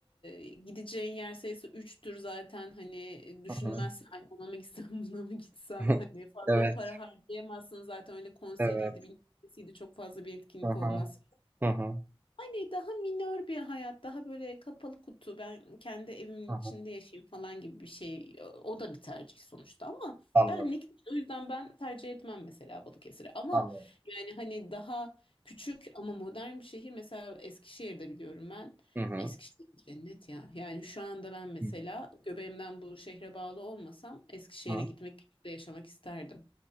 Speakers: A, on the left (about 65°); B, on the right (about 20°).
A: e, gideceğin yer sayısı üçtür zaten. Hani düşünmezsen
B: Hı hı.
A: "Ay, ona mı gitsem <laughs> buna mı gitsem.
B: <laughs>
A: Hani fazla
B: Evet,
A: para harcayamazsın zaten öyle konseriydi
B: evet.
A: bilmem nesiydi çok fazla bir etkinlik
B: Hı hı,
A: olmaz
B: hı hı,
A: yani daha minör bir hayat, daha böyle kapalı kutu, ben kendi evimin
B: hı
A: içinde
B: hı.
A: yaşayayım falan gibi bir şey. O da bir tercih sonuçta ama
B: Anladım,
A: benlik. değil. O yüzden ben tercih etmem mesela Balıkesir'i. Ama
B: anladım.
A: yani hani daha küçük ama modern bir şehir. Mesela Eskişehir'de biliyorum ben.
B: Hı hı,
A: Eskişehir cennet ya. Yani şu anda ben mesela
B: hı
A: göbeğimden bu şehre bağlı olmasam Eskişehir'e
B: hı.
A: gitmek, burada yaşamak isterdim.